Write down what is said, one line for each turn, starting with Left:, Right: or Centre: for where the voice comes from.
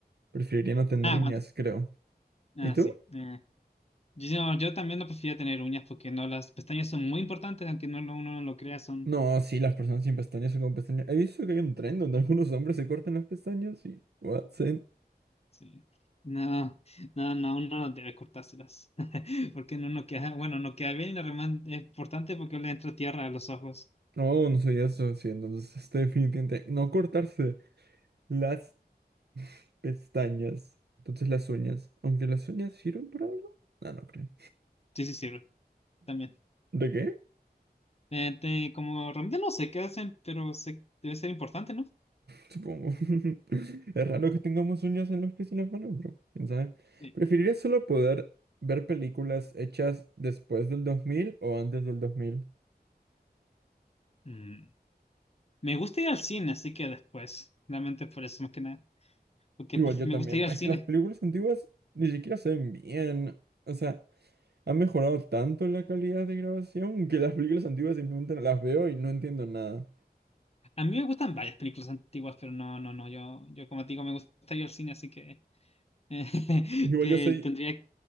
Right: Preferiría no tener
Left: Ah,
Right: uñas,
Left: ¿cuántas?
Right: creo.
Left: Ah,
Right: ¿Y tú?
Left: sí. eh, Yo, yo también no prefería tener uñas porque no, las pestañas son muy importantes, aunque no lo- uno no lo crea, son
Right: No, sí, las personas sin pestañas o con pestañas. He visto que hay un tren donde algunos hombres se cortan las pestañas y. What? Sí.
Left: Sí. No, no, no, uno no debe cortárselas. <laughs> Porque no nos queda, bueno, no queda bien y además es importante porque le entra tierra a los ojos.
Right: No, no soy eso. Sí, entonces este definitivamente. No cortarse las pestañas. Entonces las uñas. Aunque las uñas sirven para algo. Ah, no creo.
Left: Sí, sí, sirve también.
Right: ¿De qué?
Left: Eh, te- como realmente no sé qué hacen, pero sé- debe ser importante, ¿no?
Right: Supongo. <laughs> Es raro que tengamos uñas en los pies y en las manos, pero quién sabe.
Left: Sí.
Right: ¿Preferirías solo poder ver películas hechas después del 2000 o antes del dos mil
Left: Mm. Me gusta ir al cine, así que después. Realmente por eso más que nada. Porque
Right: Igual
Left: pues,
Right: yo
Left: me
Right: también.
Left: gusta ir al
Right: Es
Left: cine.
Right: que las películas antiguas ni siquiera se ven bien. O sea, ha mejorado tanto la calidad de grabación que las películas antiguas simplemente no las veo y no entiendo nada.
Left: A mí me gustan varias películas antiguas, pero no, no, no. Yo, yo como te digo, me gusta ir al cine, así que, eh, <laughs>
Right: Igual
Left: que
Right: yo soy
Left: tendría